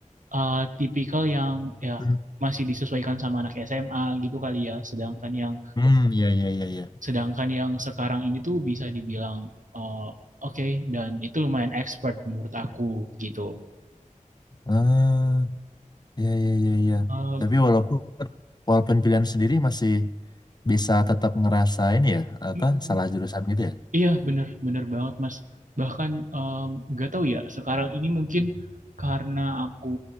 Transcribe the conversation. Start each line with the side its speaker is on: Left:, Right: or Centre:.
Right: eh, tipikal yang ya
Left: <laughs>
Right: masih disesuaikan sama anak SMA gitu kali ya sedangkan yang
Left: Hmm, ya ya ya ya
Right: Sedangkan yang sekarang ini tuh bisa dibilang eh, oke okay, dan itu lumayan expert menurut aku gitu.
Left: Ah, ya ya ya ya
Right: Em,
Left: Tapi walaupun walaupun pilihan sendiri masih bisa tetap ngerasain ya apa
Right: mm, mm,
Left: salah jurusan gitu ya.
Right: iya bener bener banget Mas. Bahkan em, nggak tahu ya sekarang ini mungkin karena aku